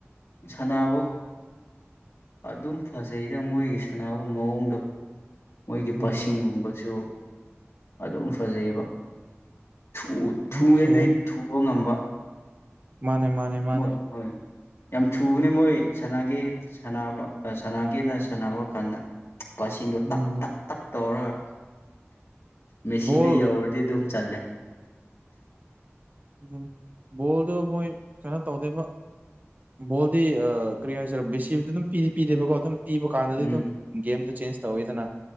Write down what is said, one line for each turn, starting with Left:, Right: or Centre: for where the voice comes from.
Left: ꯁꯥꯟꯅꯕ ꯑꯗꯨꯝ ꯐꯖꯩꯗ ꯃꯣꯏꯒꯤ ꯁꯥꯟꯅꯕ ꯃꯑꯣꯡꯗꯣ ꯃꯣꯏꯒꯤ
Right: ꯎꯝ
Left: ꯄꯁꯤꯒꯨꯝꯕꯁꯨ ꯑꯗꯨꯝ ꯐꯖꯩꯑꯕ ꯊꯨ ꯊꯨꯒꯦꯗꯩ
Right: ꯑꯣꯀꯦ
Left: ꯊꯨꯕ ꯉꯝꯕ
Right: ꯃꯥꯅꯦ ꯃꯥꯅꯦ ꯃꯥꯅꯦ
Left: ꯃꯣꯏ ꯍꯣꯏ ꯌꯥꯝ ꯊꯨꯕꯅꯦ ꯃꯣꯏ ꯁꯅꯒꯦ ꯁꯥꯅꯕ ꯁꯥꯟꯅꯒꯦꯅ ꯁꯥꯟꯅꯕ ꯀꯥꯟꯗ ꯄꯁꯤꯡꯗꯣ ꯇꯛ
Right: ꯎꯝ
Left: ꯇꯛ ꯇꯛ ꯇꯧꯔꯒ ꯃꯦꯁꯤꯗꯣ
Right: ꯕꯣꯜ
Left: ꯌꯧꯔꯗꯤ ꯑꯗꯨꯝ ꯆꯜꯂꯦ
Right: ꯎ ꯕꯣꯜꯗꯣ ꯃꯣꯏ ꯀꯩꯅꯣ ꯇꯧꯗꯦꯏꯕ ꯕꯣꯜꯗꯤ ꯀꯔꯤ ꯍꯥꯏꯁꯤꯔꯦ ꯕꯦꯁꯤꯗꯤ ꯑꯗꯨꯝ ꯄ ꯄꯤꯗꯦꯕꯀꯣ ꯑꯗꯨꯝ ꯄꯤꯕ ꯀꯥꯟꯗꯗꯤ
Left: ꯎꯝ
Right: ꯑꯗꯨꯝ ꯒꯦꯝꯗꯣ ꯆꯦꯟꯖ ꯇꯧꯌꯦꯗꯅ